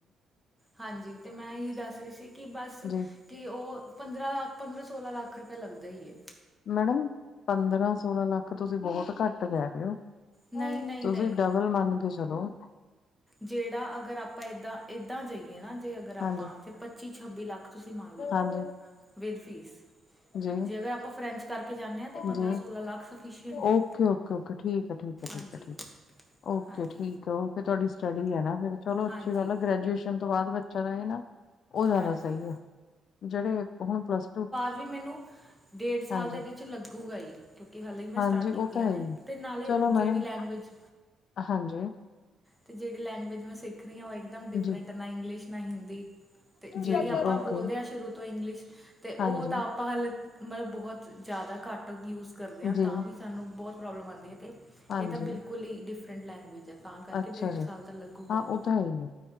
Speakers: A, in the centre; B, on the left.
A: ਹਾਂਜੀ ਤੇ ਮੈਂ ਇਹੀ ਦੱਸ ਰਹੀ ਸੀ ਕਿ ਬਸ,
B: ਜੀ
A: ਤੇ ਉਹ ਪੰਦਰਾਂ ਲੱਖ ਪੰਦਰਾਂ ਸੋਲਾਂ ਲੱਖ ਰੁਪਇਆ ਲੱਗਦਾ ਹੀ ਏ।
B: ਮੈਡਮ ਪੰਦਰਾਂ ਸੋਲਾਂ ਲੱਖ ਤੁਸੀਂ ਬਹੁਤ ਘੱਟ ਕਹਿ ਰਹੇ ਹੋ
A: ਨਹੀਂ ਨਹੀਂ
B: ਤੁਸੀਂ
A: ਨਹੀਂ
B: ਡਬਲ ਮੰਨ ਕੇ ਚਲੋ
A: ਜੇੜਾ ਅਗਰ ਆਪਾਂ ਏਦਾਂ ਏਦਾਂ ਜਾਈਏ ਨਾ ਜੇ ਅਗਰ ਆਪਾਂ
B: ਹਾਂਜੀ
A: ਤੇ ਪੱਚੀ ਛੱਬੀ ਲੱਖ ਤੁਸੀਂ ਮੰਨ ਲਓ
B: ਹਾਂਜੀ
A: ਵਿਦ ਫੀਸ
B: ਜੀ
A: ਜੇ ਅਗਰ ਆਪਾਂ ਫਰੈਂਚ ਕਰਕੇ ਜਾਂਨੇ ਆਂ ਤੇ ਪੰਦਰਾਂ
B: ਜੀ
A: ਸੋਲਾਂ ਲੱਖ ਸਫੀਸ਼ਟ
B: ਓਕੇ
A: ਹੈ।
B: ਓਕੇ ਓਕੇ ਠੀਕ ਹੈ ਠੀਕ ਹੈ
A: ਹਾਂਜੀ
B: ਠੀਕ ਹੈ ਓਕੇ
A: ਹਾਂਜੀ
B: ਠੀਕ ਹੈ ਉਹ ਤੇ ਤੁਵਾਡੀ ਸਟਡੀ ਵੀ ਹੈ ਨਾ ਫੇਰ, ਚਲੋ ਅੱਛੀ
A: ਹਾਂਜੀ
B: ਗੱਲ ਆ ਗ੍ਰਜੂਏਸ਼ਨ ਤੋਂ ਬਾਅਦ ਬੱਚਾ ਜਾਏ ਨਾ ਉਹ ਜ਼ਿਆਦਾ
A: ਹਾਂਜੀ
B: ਸਹੀ ਹੈ। ਜੇੜੇ ਹੁਣ ਪਲੱਸ ਟੂ
A: ਬਈ ਮੈਨੂੰ ਡੇਢ ਸਾਲ
B: ਹਾਂਜੀ
A: ਤਾਂ ਇਹਦੇ ਚ ਲੱਗੂਗਾ ਹੀ। ਕਿਉਂਕਿ ਹਾਲੇ ਮੈਂ
B: ਹਾਂਜੀ
A: ਸਟਾਰਟ
B: ਉਹ
A: ਕੀਤੀ
B: ਤਾਂ
A: ਆਂ ਨੇ
B: ਹੈ ਹੀ
A: ਅਤੇ ਨਾਲੇ
B: ਚਲੋ
A: ਜਿਹੜੀ
B: ਮੈਡਮ
A: ਲੈਂਗੁਏਜ
B: ਹਾਂਜੀ
A: ਅਤੇ ਜਿਹੜੀ ਲੈਂਗੁਏਜ ਮੈਂ ਸਿੱਖ ਰਹੀ ਹਾਂ ਉਹ ਇੱਕਦਮ ਡਿਫਰੈਂਟ
B: ਜੀ
A: ਨਾ ਇੰਗਲਿਸ਼ ਨਾ ਹਿੰਦੀ ਅਤੇ
B: ਜੀ
A: ਜਿਹੜੀ
B: ਜੀ
A: ਆਪਾਂ
B: ਓਕੇ
A: ਬੋਲਦੇ ਹਾਂ ਸ਼ੁਰੂ ਤੋਂ ਇੰਗਲਿਸ਼ ਅਤੇ
B: ਹਾਂਜੀ
A: ਉਹ ਤਾਂ ਪਲ ਮਤਲਬ ਬਹੁਤ ਜ਼ਿਆਦਾ ਘੱਟ ਯੂਜ਼ ਕਰਦੇ ਹਾਂ
B: ਜੀ
A: ਤਾਂ ਵੀ ਸਾਨੂੰ ਬਹੁਤ ਪ੍ਰੋਬਲਮ ਆਉਂਦੀ ਹੈ ਅਤੇ
B: ਹਾਂਜੀ
A: ਇਹ ਤਾਂ ਬਿਲਕੁਲ ਈ ਡਿਫਰੈਂਟ ਲੈਂਗੁਏਜ ਹੈ ਤਾਂ ਕਰਕੇ
B: ਅੱਛਾ
A: ਡੇਢ
B: ਜੀ
A: ਸਾਲ ਤਾਂ ਲੱਗੂਗਾ
B: ਹਾਂ
A: ਹੀ
B: ਉਹ ਤਾਂ ਹੈ ਹੀ ਹੈ